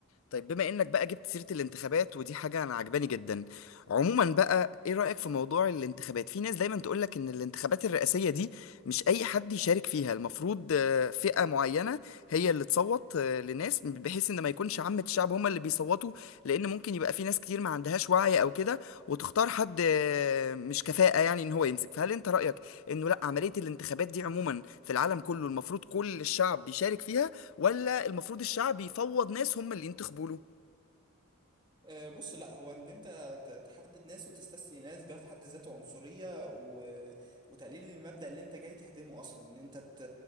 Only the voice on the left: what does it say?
طيب بما انك بقى جبت سيرة الانتخابات ودي حاجة انا عجباني جدا عموما بقى ايه رأيك في موضوع الانتخابات في ناس دايما تقولك ان الانتخابات الرئاسية دي مش اي حد يشارك فيها المفروض آه، فئة معينة هي اللي تصوت آه، لناس بحيث ان ما يكونش عامة الشعب هما اللي بيصوتوا لان ممكن يبقى في ناس كتير ما عندهاش وعي او كده وتختار حد آه، مش كفاءة يعني ان هو يمسك فهل انت رأيك انه لا عملية الانتخابات دي عموما في العالم كله المفروض كل الشعب بيشارك فيها ولا المفروض الشعب يفوض ناس هم اللي ينتخبوا له